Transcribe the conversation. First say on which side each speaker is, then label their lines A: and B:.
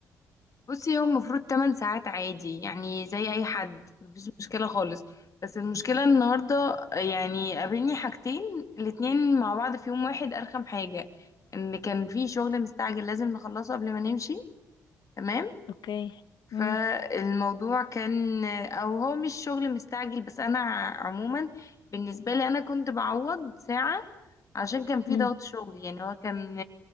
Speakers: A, on the left (about 40°); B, on the left (about 60°).
A: بصي هو المفروض 8 ساعات عادي يعني زي اي حد مفيش مشكلة خالص بس المشكلة النهاردة يعني قابلني حاجتين الاتنين مع بعض في يوم واحد ارخم حاجة ان كان في شغل مستعجل لازم نخلصه قبل ما نمشي تمام
B: اوكي امم
A: فالموضوع كان او هو مش شغل مستعجل بس انا عموما بالنسبه لي انا كنت بعوض ساعه عشان كان في
B: امم
A: ضغط شغل يعني هو كان